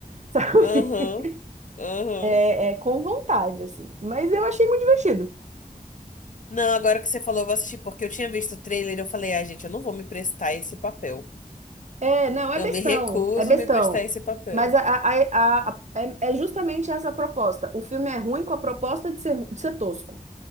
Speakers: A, on the right (about 50°); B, on the left (about 60°).
A: sabe?
B: aham,
A: <laughs>
B: aham.
A: É, é com vontade assim. Mas eu achei muito divertido.
B: Não, agora que você falou, eu vou assistir, porque eu tinha visto o trailer e eu falei, ah, gente, eu não vou me prestar esse papel.
A: É, não, é
B: Eu
A: bestão,
B: me recuso
A: é bestão.
B: a me prestar esse papel.
A: Mas a, a, a- a- é, é justamente essa a proposta. O filme é ruim com a proposta de ser, de ser tosco.